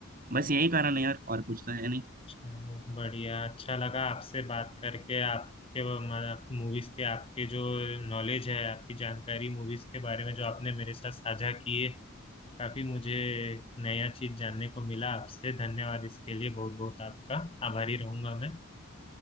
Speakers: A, on the right (about 40°); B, on the left (about 25°).
A: बस यही कारण है यार और कुछ तो है नहीं
B: चलो बढ़िया अच्छा लगा आपसे बात करके आपके मूवीज के आपके जो नॉलेज है आपकी जानकारी मूवीज के बारे में जो आपने मेरे साथ साझा किए काफी मुझे नया चीज जानने को मिला आपसे धन्यवाद इसके लिए बहुत बहुत आपका आभारी रहूंगा मैं